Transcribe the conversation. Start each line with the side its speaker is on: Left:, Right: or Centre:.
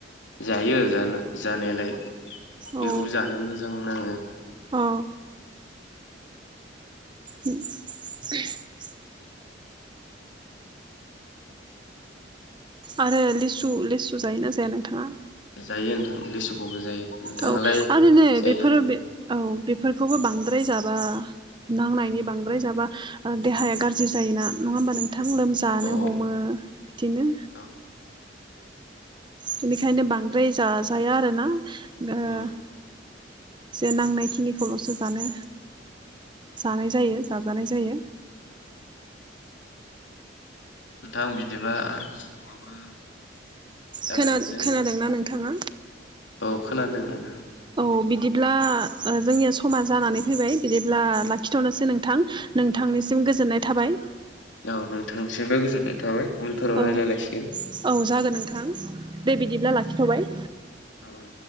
Left: जायो जानो जानायालाय।
Right: औ
Left: बेखौबो जानो मोजां नाङो।
Right: औ उम आरो लेसु -लेसु जायोना जाया नोंथाङा?
Left: जायो नोंनथां लिसुखौबो जायो। नोंथाङालाय
Right: औ आरो नै
Left: जायोना
Right: बेफोरो बे औ बेफोरखौबो बांद्राय जाबा नांनायनि बांद्राय जाबा देहाया गाज्रि जायो ना नङा होमबा <unintelligible> <unintelligible> लोमजानो
Left: अ
Right: हमो बिदिनो
Left: अ
Right: बेनिखायनो बांद्राय जाजाया आरोना। <unintelligible>
Left: अ
Right: जे नांनाय खिनिखौल'सो जानो जानाय जायो जाजानाय जायो।
Left: नोंथां बिदिबा समाबो जाबायमोन
Right: खोना -खोनादोंना
Left: जोंना
Right: नोंथाङा?
Left: औ खोनादों ओं।
Right: ओ बिदिब्ला जोंनिया समा जानानै फैबाय <unintelligible> <unintelligible> लाखिथ'नोसै
Left: औ
Right: नोंथां नोंथांनिसिम गोजोननाय थाबाय।
Left: औ नोंथांनिसिमबो <unintelligible>
Right: औ
Left: रायलायलायसिगोन
Right: औ जागोन नोंथां दे बिदिब्ला
Left: औ
Right: लाखिथ'बाय।
Left: औ औ